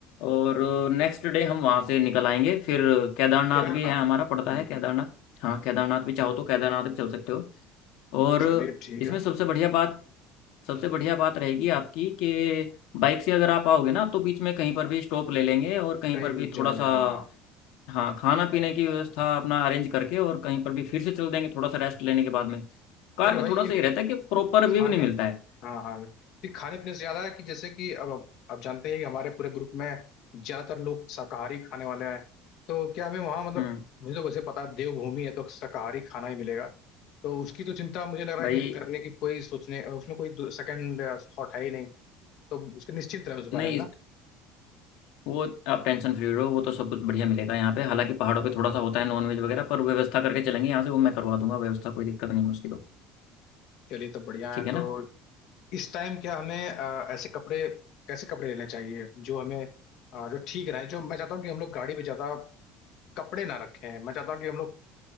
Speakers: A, on the left; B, on the left.
A: और नेक्स्ट डे हम वहाँ से निकल आएंगे फिर केदारनाथ
B: केदारनाथ
A: भी है हमारा पड़ता
B: हम्म
A: है केदारनाथ हाँ केदारनाथ भी चाहो तो केदारनाथ भी चल सकते हो और
B: चलिए ठीक
A: इसमें
B: है
A: सबसे बढ़िया बात सबसे बढ़िया बात रहेगी आपकी कि बाइक से अगर आप आओगे ना तो बीच में कहीं पर भी स्टॉप ले लेंगे और कहीं
B: कहीं
A: पर
B: भी
A: भी
B: रुक
A: थोड़ा
B: जाएंगे
A: सा
B: हाँ
A: हाँ खाना पीने की व्यवस्था अपना अरेंज करके और कहीं पर भी फिर से चल देंगे थोड़ा सा रेस्ट लेने के बाद में कार
B: अरे
A: में
B: भाई
A: थोड़ा सा
B: एक
A: ये रहता है कि प्रॉपर
B: खाने
A: व्यू नहीं मिलता है
B: हाँ हाँ कि खाने पीने से ज्यादा कि जैसे कि अब अब आप जानते हैं कि हमारे पूरे ग्रुप में ज्यादातर लोग शाकाहारी खाने वाले हैं तो क्या हमें वहाँ मतलब
A: हम्म
B: मुझे तो वैसे पता है देवभूमि है तो शाकाहारी खाना ही मिलेगा तो उसकी तो चिंता मुझे लग रहा है
A: भाई
B: कि करने की कोई सोचने उसमें कोई सेकंड थॉट है ही नहीं तो उसके निश्चिंत रहे उस
A: नहीं
B: बारे में ना
A: इस- वो आप टेंशन फ्री रहो वो तो सब कुछ बढ़िया मिलेगा यहाँ पे हालांकि पहाड़ों पे थोड़ा सा होता है नॉनवेज वगैरह पर व्यवस्था करके चलेंगे यहाँ से वो मैं करवा दूंगा व्यवस्था कोई दिक्कत नहीं है उसकी तो
B: चलिए तो बढ़िया
A: ठीक
B: है
A: है
B: तो
A: ना
B: इस टाइम क्या हमें अ, ऐसे कपड़े कैसे कपड़े लेने चाहिए जो हमें अ, जो ठीक रहे जो मैं चाहता हूँ कि हम लोग गाड़ी पे ज्यादा कपड़े ना रखें मैं चाहता हूँ कि हम लोग